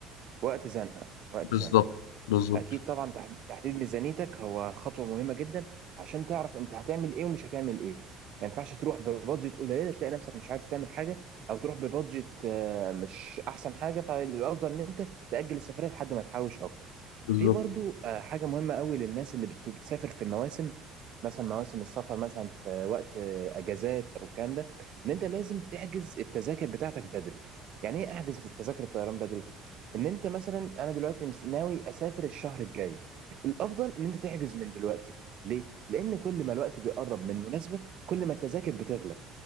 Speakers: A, on the right (about 50°); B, on the left (about 75°).
A: وقت زنقه وقت
B: بالظبط
A: زنقه
B: بالظبط
A: اكيد طبعا تح- تحديد ميزانيتك هو خطوه مهمه جدا عشان تعرف انت هتعمل ايه ومش هتعمل ايه ما ينفعش تروح ببادجت قليله تلاقي نفسك مش عارف تعمل حاجه او تروح ببادجت آه، مش احسن حاجه فالافضل ان انت تاجل السفريه لحد ما تحوش اكتر
B: بالظبط
A: في برضو آه، حاجه مهمه قوي للناس اللي بت- بتسافر في المواسم مثلا مواسم السفر مثلا في وقت آه، اجازات او الكلام ده ان انت لازم تحجز التذاكر بتاعتك بدري يعني ايه احجز تذاكر الطيران بدري ان انت مثلا انا دلوقتي مس- ناوي اسافر الشهر الجاي الافضل ان انت تحجز من دلوقتي ليه لان كل ما الوقت بيقرب من مناسبه كل ما التذاكر بتغلى